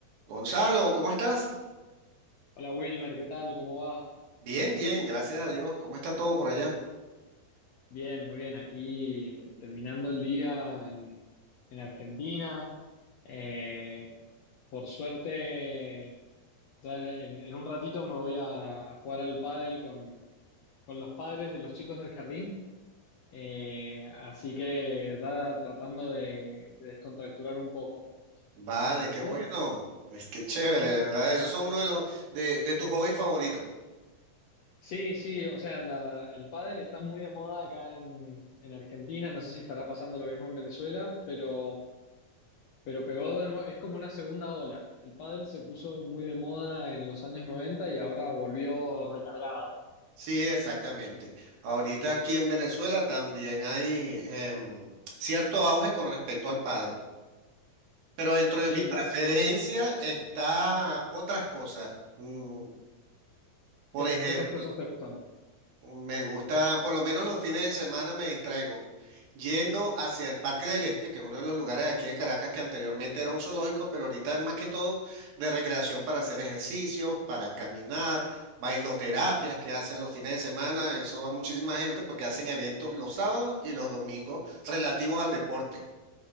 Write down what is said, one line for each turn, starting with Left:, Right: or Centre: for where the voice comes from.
Right: Gonzalo, ¿cómo estás?
Left: Hola Wilmer, ¿qué tal? ¿Cómo va?
Right: Bien, bien, gracias a Dios. ¿Cómo está todo por allá?
Left: Bien, muy bien. Aquí terminando el día en, en Argentina. Eh, por suerte, ya en, en un ratito me voy a, a jugar al pádel con, con los padres de los chicos del jardín. Eh, así que ya tratando de, de descontracturar un poco.
Right: Vale, qué
Left: ¿Vos?
Right: bueno. Es que chévere,
Left: ¿Qué,
Right: de ¿verdad? Esos son uno de los de, de tus hobbies favoritos.
Left: Sí, sí, o sea, la- el pádel está muy de moda acá en, en Argentina, no sé si estará pasando lo mismo en Venezuela, pero, pero pegó de nuevo, es como una segunda ola. El pádel se puso muy de moda en los años 90 y ahora volvió recargado.
Right: Sí, exactamente. Ahorita aquí en Venezuela también hay em, cierto auge con respecto al pádel, pero dentro
Left: Sí,
Right: de mis preferencias
Left: la,
Right: está otras cosas. Mm, por
Left: ¿qué,
Right: ejemplo,
Left: qué otras cosas te gustan?
Right: Me gusta, por lo menos los fines de semana me distraigo yendo hacia el Parque del Este, que es uno de los lugares de aquí de Caracas que anteriormente era un zoológico, pero ahorita es más que todo de recreación para hacer ejercicio, para caminar, bailoterapias que hacen los fines de semana. Eso va muchísima gente porque hacen eventos los sábados y los domingos relativos al deporte.